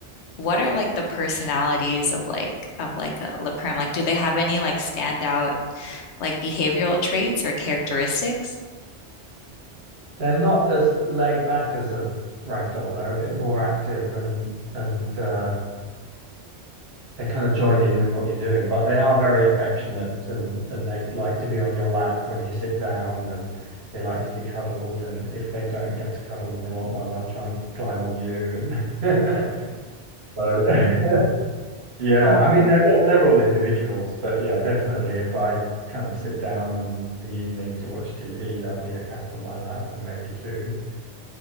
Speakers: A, on the left; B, on the right.
A: what are like the personalities of like of like a La Perm? Like do they have any like standout like behavioral traits or characteristics?
B: They're not as laid back as a ragdoll. They're a bit more active and and uh they kind of join in with what you're doing, but they are very affectionate and and they like to be on your lap when you sit down and they like to be cuddled. And if they don't get a cuddle and they want one, they'll try and climb on you. And <laughs> so <laughs> yeah,
A: Oh.
B: I mean they're all they're all individuals, but yeah, definitely if I kind of sit down in the evening to watch TV, there'll be a cat on my lap and maybe two.